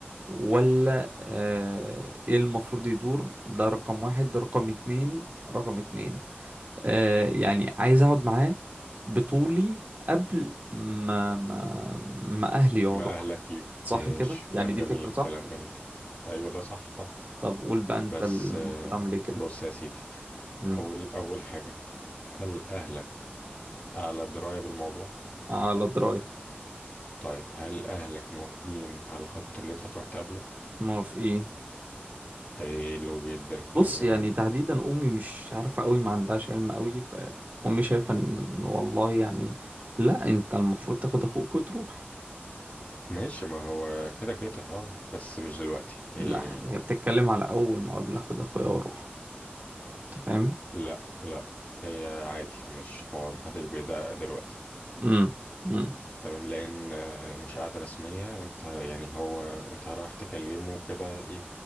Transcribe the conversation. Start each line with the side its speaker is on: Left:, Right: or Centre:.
Right: ولا آه ايه المفروض يدور ده رقم واحد ده رقم اتنين رقم اتنين آه يعني عايز اقعد معاه بطولي قبل ما ما ما اهلي يقعدوا
Left: ما اهلك يب
Right: صح
Left: ماشي
Right: كده يعني
Left: كلام
Right: دي
Left: جميل
Right: فكرة
Left: كلام
Right: صح
Left: جميل ايوه ده صح طب
Right: طب قول بقى انت
Left: بس
Right: المفروض
Left: آه،
Right: اعمل ايه كده
Left: بص يا سيدي
Right: مم.
Left: اول اول حاجة هل اهلك على دراية بالموضوع
Right: على دراية
Left: طيب هل اهلك موافقين على خطوة اللي انت تروح تقابله
Right: موافقين
Left: حلو جدا كلام
Right: بص
Left: جميل
Right: يعني تحديدا امي مش عارفه قوي ما عندهاش علم قوي فامي شايفه ان والله يعني لا انت المفروض تاخد اخوك وتروح
Left: ماشي ما هو كده كده اه بس مش دلوقتي يعني
Right: لا هي بتتكلم على اول مقابله اخد اخويا واروح انت فاهم
Left: لا لا هي عادي مش حوار محدش بيدقق دلوقتي
Right: امم امم
Left: تمام لان آه، مش قاعدة رسمية انت يعني هو انت رايح تكلمه كده ايه